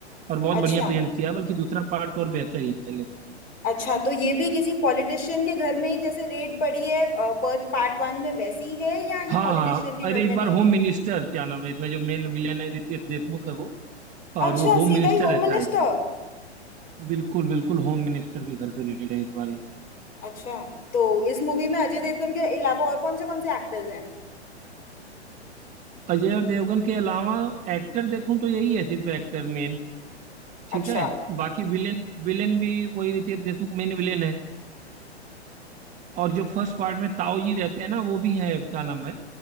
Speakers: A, on the right; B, on the left.
A: और बहुत
B: अच्छा
A: बढ़िया प्रेजेंट किया है बल्कि दूसरा पार्ट तो और बेहतर ही है पहले से
B: अच्छा तो ये भी किसी पॉलिटिशियन के घर में ही जैसे रेड पड़ी है पर्थ पार्ट वन में वैसी ही है या
A: हाँ
B: ये पॉलिटिशियन
A: हाँ
B: के
A: अरे
B: घर
A: इस
B: में
A: बार
B: नहीं
A: होम
B: थी
A: मिनिस्टर क्या नाम है इसमें जो मेन विलेन है रितेश देशमुख है वो और
B: अच्छा
A: वो होम
B: सीधा
A: मिनिस्टर
B: ही होम
A: रहता
B: मिनिस्टर
A: है इसमें बिल्कुल बिल्कुल होम मिनिस्टर के घर पे रिलेटेड है इस बार ये
B: अच्छा तो इस मूवी में अजय देवगन के अलावा और कौन से कौन से एक्टर्स हैं
A: अजय देवगन के अलावा एक्टर देखूं तो यही है सिर्फ एक्टर मेन ठीक
B: अच्छा
A: है बाकी विलेन विलेन भी वही रितेश देशमुख मेन विलेन है और जो फर्स्ट पार्ट में ताऊ जी रहते हैं ना वो भी है क्या नाम है